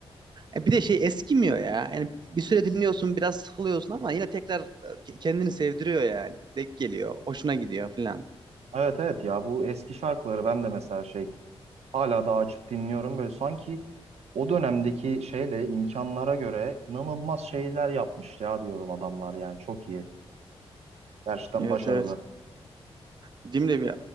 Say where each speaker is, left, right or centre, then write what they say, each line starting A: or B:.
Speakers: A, on the right; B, on the right.
A: E, bir de şey eskimiyor ya. Yani bir süre dinliyorsun biraz sıkılıyorsun ama yine tekrar e, kendini sevdiriyor yani. Denk geliyor, hoşuna gidiyor falan.
B: Evet evet ya bu eski şarkıları ben de mesela şey Hala daha açıp dinliyorum. Böyle sanki o dönemdeki şeyle imkanlara göre inanılmaz şeyler yapmış ya diyorum adamlar yani çok iyi. Gerçekten
A: Evet
B: başarılı.
A: evet. Gideyim de bir